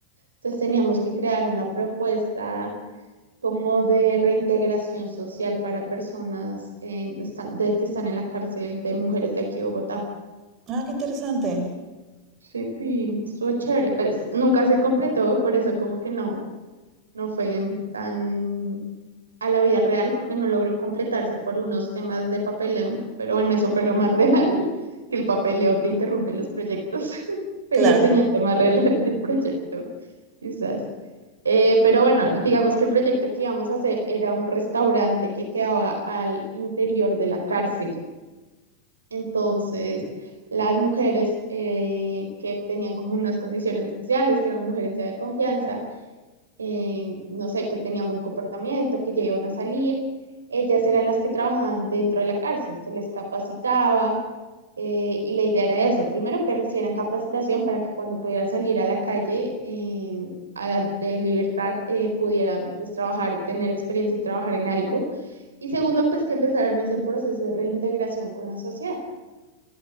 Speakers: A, on the right; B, on the right.
A: Entonces teníamos que crear una propuesta como de reintegración social para personas en- están- de que están en la cárcel de mujeres de aquí de Bogotá.
B: Ah, qué interesante.
A: Sí, pi, estuvo chévere, pues nunca se completó, por eso como que no, no fue tan a la vida real, porque no logró completarse por unos temas de papeleo, pero bueno, eso fue lo más <laughs> real, que el papeleo te interrumpe los proyectos, <laughs> fue
B: Claro.
A: la enseñanza más real del proyecto, quizás. Eh, pero bueno, digamos que el proyecto que íbamos a hacer era un restaurante que quedaba al interior de la cárcel. Entonces, las mujeres eh, que tenían como unas condiciones especiales, que eran mujeres ya de confianza, eh, no sé, que tenían buen comportamiento, que ya iban a salir. Ellas eran las que trabajaban dentro de la cárcel, se les capacitaba eh, y la idea era eso, primero que recibieran capacitación para que cuando pudieran salir a la calle em, a la- de libertad eh, pudieran pues trabajar, tener experiencia y trabajar en algo. Y segundo, pues que empezaran ese proceso de reintegración con la sociedad.